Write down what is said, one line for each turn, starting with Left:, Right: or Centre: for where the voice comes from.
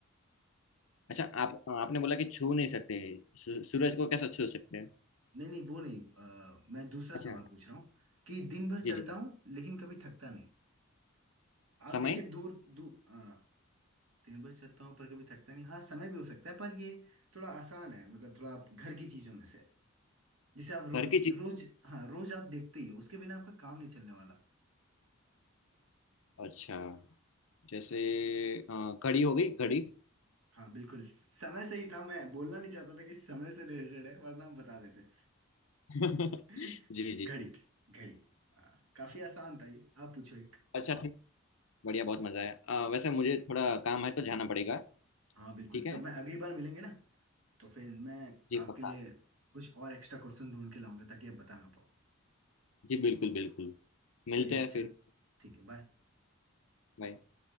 Left: अच्छा आप आपने बोला कि छू नहीं सकते सू- सूरज को कैसे छू सकते हैं
Right: नहीं नहीं वो नहीं अ, मैं दूसरा
Left: अच्छा
Right: सवाल पूछ रहा हूँ कि दिन भर
Left: जी
Right: चलता
Left: जी
Right: हूँ लेकिन कभी थकता नहीं आप
Left: समय
Right: देखिए दूर दूर हाँ दिन भर चलता हूँ पर कभी थकता नहीं हाँ समय भी हो सकता है पर ये थोड़ा आसान है मतलब थोड़ा आप घर की चीजों में से जिसे आप रोज
Left: घर की चीज
Right: रोज हाँ रोज आप देखते ही हो उसके बिना आपका काम नहीं चलने वाला
Left: अच्छा जैसे अ, घड़ी हो गई घड़ी
Right: हाँ बिल्कुल समय से ही था मैं बोलना नहीं चाहता था कि समय से रिलेटेड है वरना हम बता देते
Left: <laughs>
Right: <laughs>
Left: जी
Right: घड़ी
Left: जी
Right: घड़ी हाँ, काफी आसान था ये आप पूछो एक
Left: अच्छा ठीक बढ़िया बहुत मजा है अ, वैसे मुझे थोड़ा काम है तो जाना पड़ेगा
Right: हाँ बिल्कुल
Left: ठीक है
Right: तब मैं अगली बार मिलेंगे ना तो फिर मैं
Left: जी
Right: आपके
Left: पक्का
Right: लिए कुछ और एक्स्ट्रा क्वेश्चन ढूंढ के लाऊंगा ताकि आप बता ना पाओ
Left: जी बिल्कुल बिल्कुल मिलते
Right: चलिए
Left: हैं
Right: चल
Left: फिर
Right: ठीक है बाय
Left: बाय